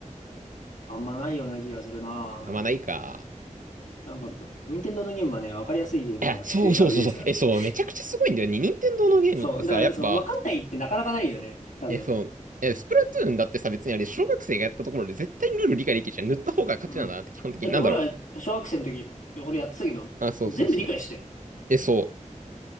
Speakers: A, on the left; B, on the right.
A: う。あんまないような気がするな。
B: あ、まあないか。
A: なんか、任天堂のゲームはね、わかりやすいゲームが、
B: いや、そうそうそうそう。
A: <laughs> が売りですからね。
B: え、そう、めちゃくちゃすごいんだよね。任天堂のゲームってさ、
A: <laughs> そう。だから、
B: やっぱ、
A: そう、わかんないってなかなかないよね。多分。
B: え、そう、え、スプラトゥーンだってさ、別にあれ、小学生がやったところで絶対にルール理解できるじゃん。塗った方が勝ちなんだなって、
A: うん。
B: 基本的に。
A: だって俺ら、
B: なんだろう。
A: 小学生の時、俺やってたけど、
B: あ、そうそうそう。
A: 全部理解してよ。
B: え、そう。